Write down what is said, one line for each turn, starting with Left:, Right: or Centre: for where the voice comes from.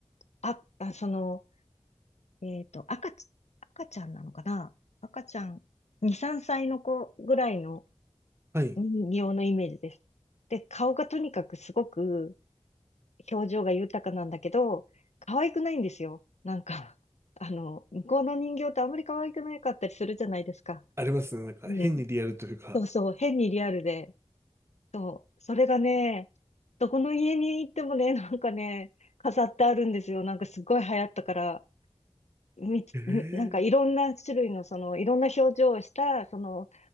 Left: あ、あ、その、えっと、赤ち、赤ちゃんなのかな赤ちゃん、2、3歳の子ぐらいの
Right: はい。
Left: 人形のイメージです。で、顔がとにかくすごく表情が豊かなんだけど、可愛くないんですよ。なんか、<laughs> あの、向こうの人形ってあんまり可愛くなかったりするじゃないですか。
Right: ありますね。なんか変にリアルというか。
Left: うん。そうそう、変にリアルで。そう、それがね、どこの家に行ってもね、なんかね、飾ってあるんですよ。なんかすごい流行ったから、み、
Right: ええ
Left: みなんかいろんな種類の、その、いろんな表情をした、その、